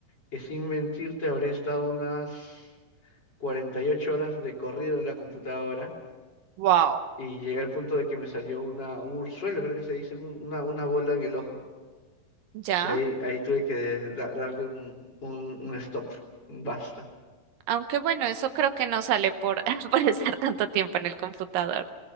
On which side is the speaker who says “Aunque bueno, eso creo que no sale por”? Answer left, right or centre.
Right